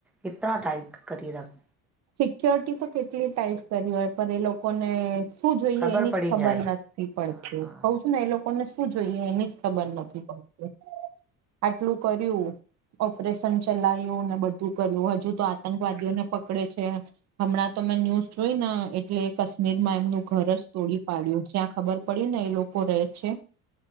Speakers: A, in the centre; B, on the right.
A: કેટલાં ટાઇટ કરી રાખ
B: સિક્યોરિટી તો કેટલી ટાઈટ કર હોય પણ એ લોકોને શું જોઈએ
A: ખબર
B: એની
A: પડી
B: જ ખબર
A: જાય
B: નથી. પડતું
A: હા
B: કહું છું ને એ લોકોને શું જોઈએ એની જ ખબર નથી પડતી. આટલું કર્યું ઓપરેશન ચલાવ્યું ને બધું કર્યું હજુ તો આતંકવાદીઓ ને પકડે છે હમણાં તો મેં ન્યૂઝ જોય ને એટલે કાશ્મીરમાં એમનું ઘર જ તોડી પાડ્યું જ્યાં ખબર પડી ને એ લોકો રહે છે